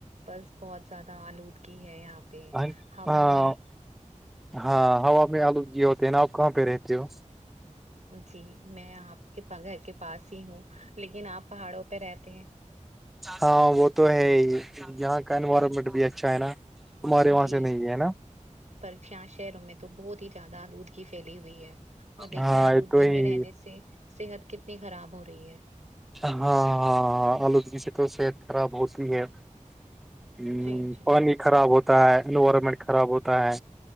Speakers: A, on the right; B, in the centre.
A: بس بہت زیادہ آلودگی ہے یہاں پہ
B: ہاں
A: ہوا میں
B: ہاں ہوا میں آلودگی ہوتے ہیں نا آپ کہاں پہ رہتے ہو
A: جی میں آپ کے گھر کے پاس ہی ہوں لیکن آپ پہاڑوں پہ رہتے ہیں
B: ہاں وہ تو ہے یہاں کا انوائرمنٹ بھی اچھا ہے نا تمہارے وہاں
A: جی
B: سے نہیں ہے نا
A: پر چیااں شہروں میں تو بہت ہی زیادہ آلودگی پھیلی ہوئی ہے اور دیکھیے
B: ہاں
A: آلودگی
B: یہ تو ہی
A: میں رہنے سے صحت کتنی خراب ہو رہی ہے
B: ہاں ہاں آلودگی سے تو صحت خراب ہوتی ہے ہ
A: جی جی
B: پانی خراب ہوتا ہے انوائرمنٹ خراب ہوتا ہے